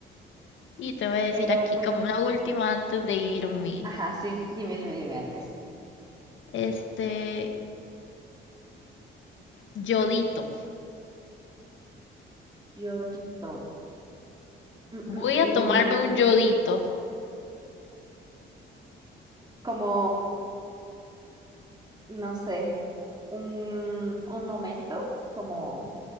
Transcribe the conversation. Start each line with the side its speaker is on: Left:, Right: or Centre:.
Left: Y te voy a decir
Right: Pero
Left: aquí
Right: bueno.
Left: como una última antes de irme.
Right: Ajá, sí, dime, dime, dime antes.
Left: Este, yodito.
Right: Yo di todo. Mm,
Left: Voy
Right: mm,
Left: a
Right: mm.
Left: tomarme un yodito,
Right: Como, no sé, un, un momento como